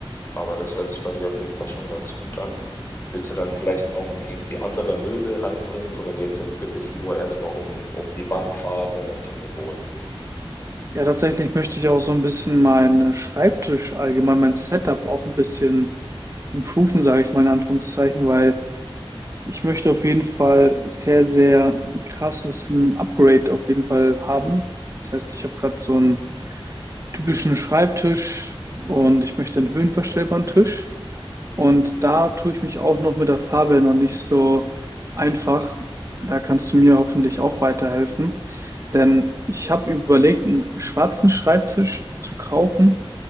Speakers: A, on the left; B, on the right.
A: aber das hört sich bei dir auf jeden Fall schon ganz gut an. Willst du dann vielleicht auch noch irgendwie andere Möbel reinbringen oder geht es jetzt wirklich nur erstmal um, um die Wandfarbe und um den Boden?
B: Ja, tatsächlich möchte ich auch so ein bisschen meinen Schreibtisch allgemein, mein Setup auch ein bisschen improven, sage ich mal in Anführungszeichen, weil ich möchte auf jeden Fall sehr, sehr krasses ein Upgrade auf jeden Fall haben. Das heißt, ich habe gerade so ein typischen Schreibtisch und ich möchte einen höhenverstellbaren Tisch.
A: Mhm.
B: Und da tue ich mich auch noch mit der Farbe noch nicht so einfach. Da kannst du mir hoffentlich auch weiterhelfen. Denn ich habe überlegt, einen schwarzen Schreibtisch zu kaufen.